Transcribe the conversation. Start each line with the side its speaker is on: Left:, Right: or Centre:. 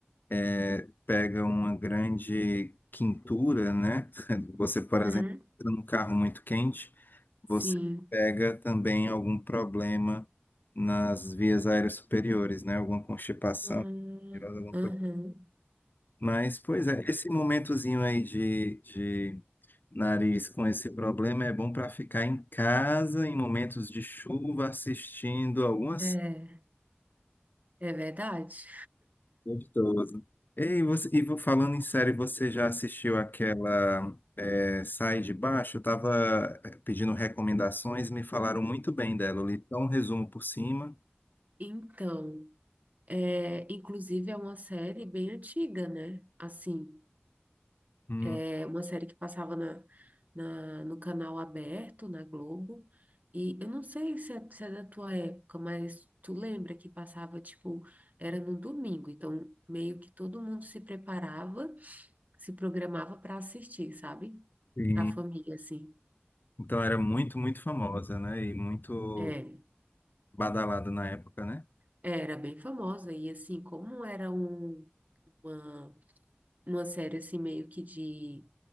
Left: é, pega uma grande quintura, né? <laughs> Você, por exemplo,
Right: Uhum.
Left: entra num carro muito quente,
Right: Sim.
Left: você pega também algum problema nas vias aéreas superiores, né? Alguma constipação,
Right: Hum,
Left: alguma
Right: Uhum.
Left: coisa. Mas, pois é, esse momentozinho aí de, de nariz com esse problema é bom para ficar em casa em momentos de chuva assistindo algumas
Right: É, é verdade.
Left: Gostoso. Ei, você, e vo- falando em série, você já assistiu aquela é, Sai de Baixo? Eu estava pedindo recomendações, me falaram muito bem dela. Eu li só um resumo por cima.
Right: Então. É, inclusive, é uma série bem antiga, né? Assim,
Left: Hum,
Right: é uma série que passava na, na- no canal aberto, na Globo. E eu não sei se é, se é da tua época, mas tu lembra que passava, tipo, era no domingo. Então, meio que todo mundo se preparava, se programava para assistir, sabe?
Left: sim.
Right: A família, assim.
Left: Então era muito, muito famosa, né? E muito
Right: É,
Left: badalada na época, né?
Right: era bem famosa. E, assim, como era um- uma, uma série, assim, meio que de,